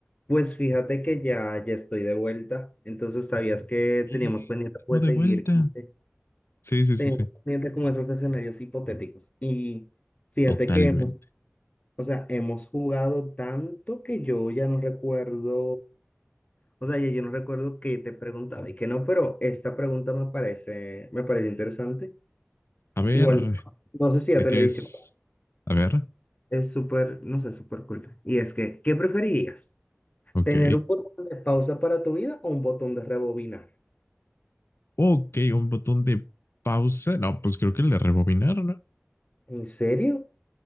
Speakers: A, on the left; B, on the left.
A: Pues fíjate que ya, ya estoy de vuelta. Entonces, ¿sabías que
B: Eh,
A: teníamos pendiente
B: estamos
A: pues
B: de
A: seguir?
B: vuelta.
A: como que
B: Sí, sí,
A: Teníamos
B: sí, sí.
A: pendiente como esos escenarios hipotéticos. Y fíjate
B: Totalmente.
A: que hemos, o sea, hemos jugado tanto que yo ya no recuerdo, o sea, ya yo no recuerdo qué te preguntaba y qué no, pero esta pregunta me parece, me parece interesante.
B: A ver,
A: Igual, no sé si ya
B: ¿de
A: te
B: qué
A: lo he dicho,
B: es? A ver,
A: es súper, no sé, súper cool. Y es que, ¿qué preferirías?
B: ok.
A: ¿Tener un botón de pausa para tu vida o un botón de rebobinar?
B: Ok, un botón de pausa. No, pues creo que el de rebobinar, ¿no?
A: ¿En serio?